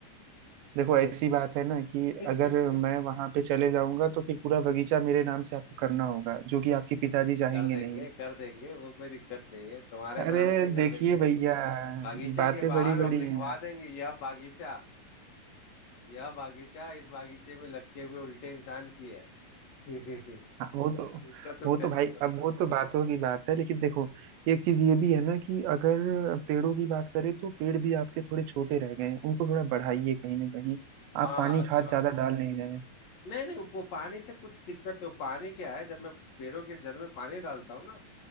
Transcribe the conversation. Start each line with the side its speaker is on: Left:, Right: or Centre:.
Right: देखो ऐसी बात है ना कि
Left: <laughs>
Right: अगर मैं वहां पे चले जाऊंगा तो फिर पूरा बगीचा मेरे नाम से आपको करना होगा जो कि आपके पिताजी चाहेंगे
Left: कर देंगे
Right: नहीं
Left: कर देंगे वो कोई दिक्कत नहीं है तुम्हारे
Right: अरे
Left: नाम पे ही कर
Right: देखिए
Left: देंगे
Right: भैया
Left: बागीचे
Right: बातें
Left: के बाहर
Right: बड़ी
Left: हम
Right: बड़ी
Left: लिखवा
Right: हैं
Left: देंगे यह बागीचा यह बागीचा इस बागीचे में लटके हुए उल्टे इंसान की है <laughs>
Right: हाँ वो तो
Left: उसका तुम
Right: वो
Left: टेंशन
Right: तो भाई
Left: मत
Right: अब वो तो बातों की बात है लेकिन देखो एक चीज ये भी है ना कि अगर पेड़ों की बात करें तो पेड़ भी आपके थोड़े छोटे रह गए हैं उनको थोड़ा बढ़ाइए कहीं ना कहीं आप
Left: हाँ
Right: पानी
Left: अगली
Right: खाद
Left: बार
Right: ज्यादा डाल नहीं रहे हैं
Left: नहीं नहीं वो पानी से कुछ दिक्कत नहीं वो पानी क्या है जब मैं पेड़ों के जड़ में पानी डालता हूँ ना